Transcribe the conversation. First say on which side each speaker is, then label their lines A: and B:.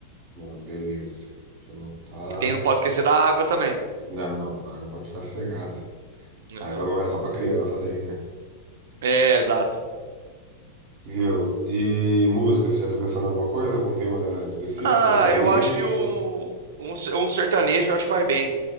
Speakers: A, on the right; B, on the right.
A: Não, beleza. Deixa eu anotar.
B: E tem, não pode esquecer da água também.
A: Não, não. A água pode ficar sossegada.
B: Aham.
A: A água não é só pra criança daí, né?
B: É, exato.
A: Viu? E música, você já tá pensando em alguma coisa? Algum tema específico?
B: Ah,
A: Sertanejo?
B: eu acho que um, um, ser- um sertanejo eu acho que vai bem.